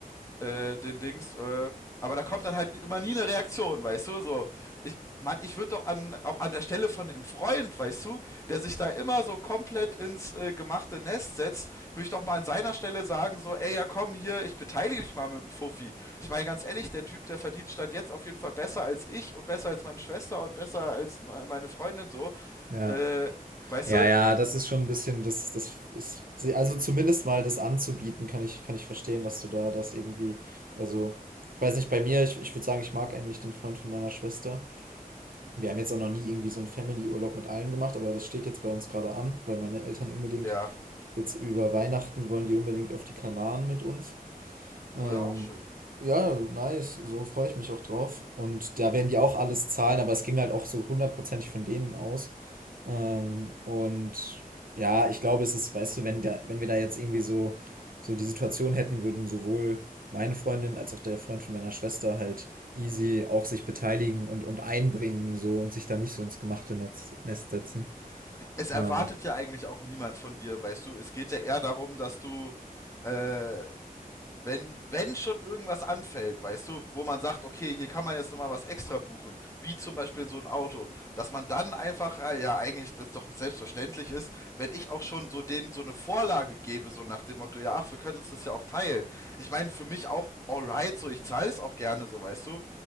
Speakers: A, on the left; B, on the right.
A: äh, den Dings, äh, aber da kommt dann halt immer nie eine Reaktion, weißt du, so. Ich, Mann, ich würde doch an, auch an der Stelle von dem Freund, weißt du, der sich da immer so komplett ins äh, gemachte Nest setzt, würde ich doch mal an seiner Stelle sagen, so, ey, ja komm hier, ich beteilige mich mal mit dem Fuffi. Ich meine, ganz ehrlich, der Typ, der verdient stand jetzt auf jeden Fall besser als ich und besser als meine Schwester und besser als meine Freundin, so,
B: ja.
A: äh, weißt
B: Ja,
A: du?
B: ja, das ist schon ein bisschen, das, das ist, also zumindest mal das anzubieten, kann ich, kann ich verstehen, dass du da das irgendwie, also, ich weiß nicht, bei mir, ich, ich würde sagen, ich mag eigentlich den Freund von meiner Schwester. Wir haben jetzt auch noch nie irgendwie so einen Family-Urlaub mit allen gemacht, aber das steht jetzt bei uns gerade an, weil meine Eltern unbedingt
A: Ja,
B: jetzt über Weihnachten wollen die unbedingt auf die Kanaren mit uns. Ähm,
A: war ja auch schön.
B: ja, nice, so freue ich mich auch drauf. Und da werden die auch alles zahlen, aber es ging halt auch so hundertprozentig von denen aus. Ähm, und ja, ich glaube, es ist, weißt du, wenn da, wenn wir da jetzt irgendwie so, so die Situation hätten, würden sowohl meine Freundin als auch der Freund von meiner Schwester halt easy auch sich beteiligen und, und einbringen so und sich da nicht so ins gemachte Netz, Nest setzen.
A: es erwartet
B: Aber.
A: ja eigentlich auch niemand von dir, weißt du. Es geht ja eher darum, dass du, äh, wenn, wenn schon irgendwas anfällt, weißt du, wo man sagt, okay, hier kann man jetzt nochmal was extra buchen, wie zum Beispiel in so ein Auto, dass man dann einfach, äh, ja, eigentlich das doch selbstverständlich ist, wenn ich auch schon so denen so eine Vorlage gebe, so nach dem Motto, ja, ach, wir können uns das ja auch teilen. Ich meine, für mich auch alright, so, ich zahle es auch gerne, so, weißt du.